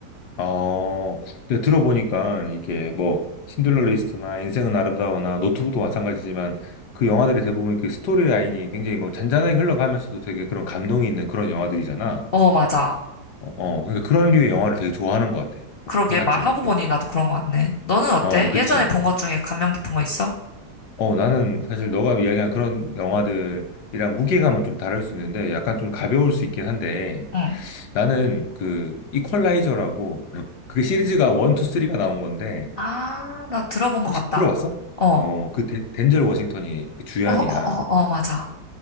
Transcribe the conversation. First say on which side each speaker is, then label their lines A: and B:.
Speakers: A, on the left; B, on the left.
A: 어, 근데 들어보니까 이게 뭐 신들러 리스트나 인생은 아름다워나 노트북도 마찬가지지만 그 영화들이 대부분 그 스토리 라인이 굉장히 뭐 잔잔하게 흘러가면서도 되게 그런 감동이 있는 그런 영화들이잖아.
B: 어, 맞아.
A: 어, 어, 그러니까 그런 류의 영화를 되게 좋아하는 것 같아.
B: 그러게
A: 그 맞지?
B: 말하고 보니 나도 그런 것 같네. 너는 어때?
A: 어, 그치.
B: 예전에 본 것 중에 감명 깊은 거 있어?
A: 어, 나는 사실 너가 이야기한 그런 영화들이랑 무게감은 좀 다를 수 있는데 약간 좀 가벼울 수 있긴 한데
B: 응.
A: 나는 그 이퀄라이저라고 <laughs> 그게 시리즈가 1, 2, 3가 나온 건데
B: 아,
A: 어,
B: 나 들어본 것
A: 혹시
B: 같다.
A: 들어봤어?
B: 어, 어,
A: 어, 그 데- 덴젤 워싱턴이 그 주연이야.
B: 어, 어, 어, 맞아.